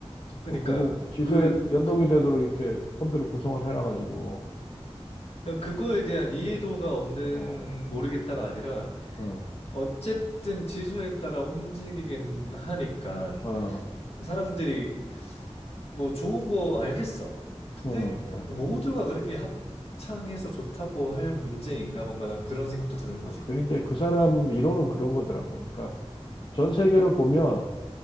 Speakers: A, on the left; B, on the left.
A: 그러니까,
B: 뭐, 그거 지수에
A: 그,
B: 연동이
A: 그,
B: 되도록 이렇게 펀드를 구성을 해놔가지고,
A: 그냥 그거에 대한 이해도가 없는
B: 어,
A: 모르겠다가 아니라,
B: 어,
A: 어쨌든 지수에 따라 움직이기는 하니까,
B: 어,
A: 사람들이 뭐 좋은 거 알겠어. 근데
B: 어, 어.
A: 모두가 그렇게 합창해서 좋다고 할 문제인가 뭔가 난 그런 생각도 드는 거지.
B: 그 이제 그 사람 이론은 그런 거더라고. 그러니까 전 세계를 보면,